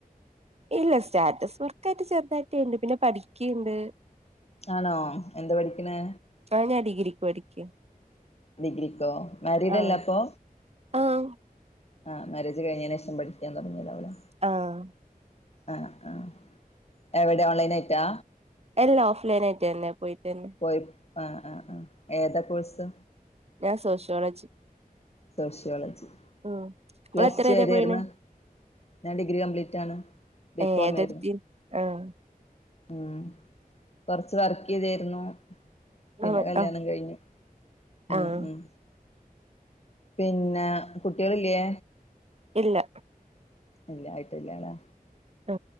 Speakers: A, on the right; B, on the left.
A: ഇല്ല സ്റ്റാറ്റസ് വർക്കായിട്ട് ചെറുതായിട്ട് ണ്ട് പിന്നെ പഠിക്ക്‌ണ്ട്
B: ആണോ എന്താ പഠിക്ക്‌ണ്
A: ആ ഞാൻ ഡിഗ്രിക്ക് പഠിക്കാ
B: ഡിഗ്രിക്കോ മാരീഡ്
A: ആഹ്
B: അല്ല അപ്പൊ
A: ആഹ്
B: ആ മാരേജ് കഴിഞ്ഞതിനന് ശേഷം പഠിക്കാൻ തുടങ്ങിയതാവുല്ലേ
A: ആഹ്
B: ആ ആ എവിടെ ഓൺലൈൻ ആയിട്ടാ
A: അല്ല ഓഫ് ലൈനായിട്ടെന്നെ പോയിട്ടെന്നെ
B: പോയി ആ ആ ആ ഏതാ കോഴ്സ്
A: ഞാൻ സോഷ്യോളജി
B: സോഷ്യോളജി
A: ഉം ഇങ്ങള്
B: പ്ലസ്
A: എത്ര
B: ടു
A: വരെ
B: ഏത്
A: പോയിണ്
B: രുന്നു ഞാൻ ഡിഗ്രി കംപ്ലീറ്റ് ആണ് ബികോം
A: ഏഹ് ഏതെടുത്തി
B: ആയിരുന്നു
A: ആഹ്
B: ഉം കൊറച്ച് വർക്ക് ചെയ്തായിരുന്നു പിന്നെ
A: ആഹ്
B: കല്യാണം
A: ആഹ്
B: കഴിഞ്ഞു ഉം
A: ആഹ്
B: ഉം പിന്നെ കുട്ടികളില്ലേ
A: ഇല്ല
B: ഇല്ല ആയിട്ടില്ല ലെ
A: അ